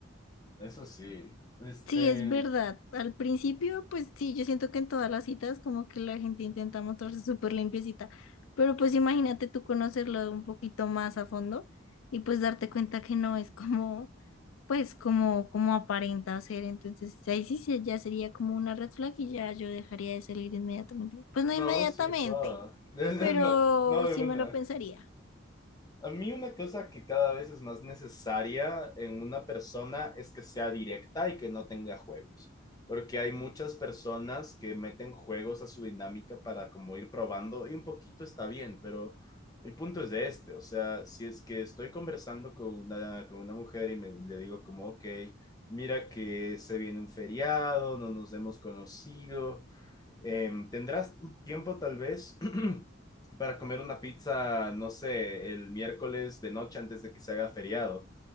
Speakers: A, on the left (about 20°); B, on the left (about 90°).
A: Eso sí. Este.
B: Sí, es verdad. Al principio, pues sí, yo siento que en todas las citas como que la gente intenta mostrarse súper limpiecita, pero pues imagínate tú conocerlo un poquito más a fondo y pues darte cuenta que no es como, pues como, como aparenta ser. Entonces ahí sí se- ya sería como una red flag y ya yo dejaría de salir inmediatamente. Pues no inmediatamente,
A: No, sí, joda. <laughs>
B: pero
A: No, no de
B: sí
A: una.
B: me lo pensaría.
A: A mí una cosa que cada vez es más necesaria en una persona es que sea directa y que no tenga juegos, porque hay muchas personas que meten juegos a su dinámica para como ir probando y un poquito está bien, pero el punto es de este, o sea, si es que estoy conversando con una, con una mujer y me, le digo como, ok, mira que se viene un feriado, no nos hemos conocido. Em, ¿tendrás tiempo tal vez <clears throat> para comer una pizza, no sé, el miércoles de noche antes de que se haga feriado